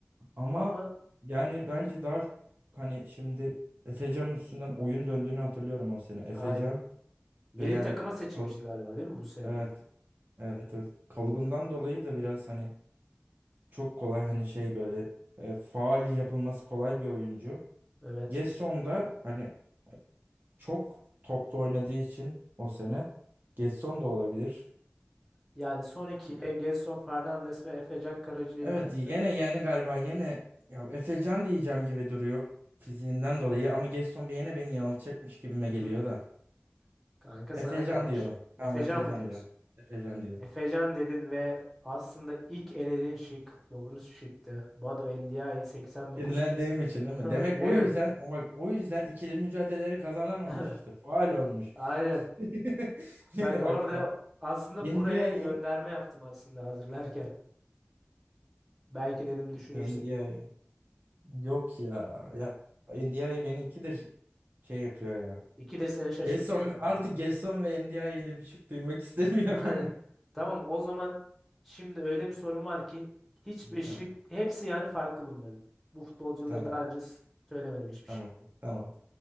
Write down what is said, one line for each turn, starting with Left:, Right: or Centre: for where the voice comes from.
Right: Ama
Centre: Ama
Right: yani bence daha çok hani şimdi Efecan'ın üstünden oyun döndüğünü hatırlıyorum o sene. Efecan
Centre: aynen. Milli
Right: ve yani
Centre: takıma seçilmişti
Right: kalıp
Centre: galiba değil mi bu sene
Right: evet
Centre: mi?
Right: evet evet kalıbından dolayı da biraz hani çok kolay hani şey böyle e, faul yapılması kolay bir oyuncu.
Centre: Evet.
Right: Gesson da hani çok toplu oynadığı için o sene Gesson da olabilir.
Centre: Yani son ikiye Gelson Fernandes ve Efecan Karaca'yı
Right: Evet
Centre: bıraktı.
Right: yine yani galiba yine ya Efecan diyeceğim gibi duruyor fiziğinden dolayı ama Gesson bir yine beni yanıltacakmış gibime geliyor
Centre: <laughs>
Right: da.
Centre: Kanka sana
Right: Efecan
Centre: kalmış.
Right: diyorum. Tamam
Centre: Efecan
Right: Efecan
Centre: mı diyorsun?
Right: diyorum. Efecan diyorum.
Centre: Efecan dedin ve aslında ilk elediğin şık doğru şıktı. Badu Endiaye 89
Right: Dinlendiğim
Centre: kez.
Right: için
Centre: <laughs>
Right: değil mi?
Centre: Değil
Right: Demek o yüzden
Centre: mi?
Right: o bak o yüzden ikili mücadeleleri kazanamamış
Centre: <laughs>
Right: işte. Faal olmuş.
Centre: Aynen.
Right: <laughs> Yine
Centre: Bak orada
Right: bak bak
Centre: aslında
Right: India'yı
Centre: buraya gönderme yaptım aslında hazırlarken. Belki dedim düşünürsün.
Right: India'yı yok ya. Ya India'yı beni ikidir şey yapıyor ya.
Centre: İki de seni şaşırtıyor
Right: Gerson
Centre: yani.
Right: artık Gerson ve NDI ile bir şey duymak istemiyorum.
Centre: <laughs> Aynen. Tamam o zaman şimdi öyle bir sorun var ki
Right: <laughs>
Centre: hiçbir şık
Right: Tamam.
Centre: hepsi yani farklı bunların. Bu futbolcuları
Right: Tamam.
Centre: daha önce s- söylemedim hiçbir
Right: Tamam.
Centre: şık.
Right: Tamam.